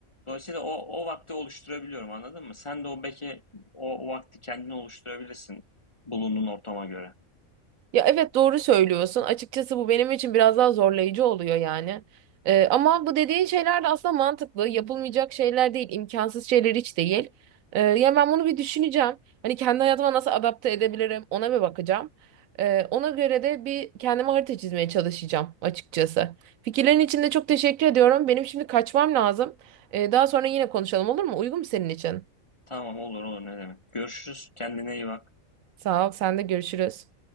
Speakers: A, on the left; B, on the right.
A: Dolayısıyla o, o vakti oluşturabiliyorum anladın mı? Sen de o belki o, o vakti kendine oluşturabilirsin bulunduğun ortama göre.
B: Ya evet doğru söylüyorsun. Açıkçası bu benim için biraz daha zorlayıcı oluyor yani. Ee, ama bu dediğin şeyler de aslında mantıklı. Yapılmayacak şeyler değil, imkansız şeyler hiç değil. Ee, ya ben bunu bir düşüneceğim. Hani kendi hayatıma nasıl adapte edebilirim ona bir bakacağım. Ee, ona göre de bir kendime harita çizmeye çalışacağım açıkçası. Fikirlerin için de çok teşekkür ediyorum. Benim şimdi kaçmam lazım. Ee, daha sonra yine konuşalım olur mu? Uygun mu senin için?
A: Tamam olur olur ne demek. Görüşürüz. Kendine iyi bak.
B: Sağ ol, sen de görüşürüz.